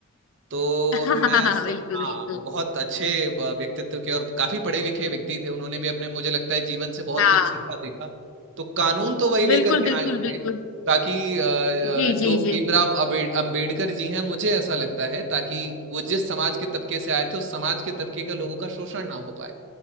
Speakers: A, on the right; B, on the left.
A: तो
B: <laughs>
A: हम- मैं स...
B: बिल्कुल
A: हाँ
B: बिल्कुल
A: वो बहुत अच्छे ब- व्यक्तित्व के और काफी पढ़े लिखे व्यक्ति थे उन्होंने भी अपने मुझे लगता है जीवन से बहुत
B: हाँ
A: कुछ सीखा देखा तो कानून तो वही लेकर
B: बिल्कुल
A: के
B: बिल्कुल
A: आए होंगे
B: बिल्कुल
A: ताकि अ, अ,
B: जी
A: जो
B: जी जी
A: भीमराव अम्बेड- अम्बेडकर जी हैं मुझे ऐसा लगता है ताकि वो जिस समाज के तबके से आए थे उस समाज के तबके का लोगों का शोषण ना हो पाए